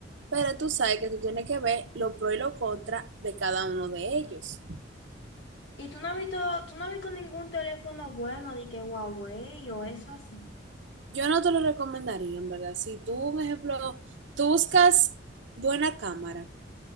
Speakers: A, on the right; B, on the left.
A: Pero tú sabes que tú tienes que ver lo pro y lo contra de cada uno de ellos.
B: Y tú no has visto, tú no has visto ningún teléfono bueno de que Huawei o eso así.
A: Yo no te lo recomendaría, en verdad. Si tú, un ejemplo, tú buscas buena cámara,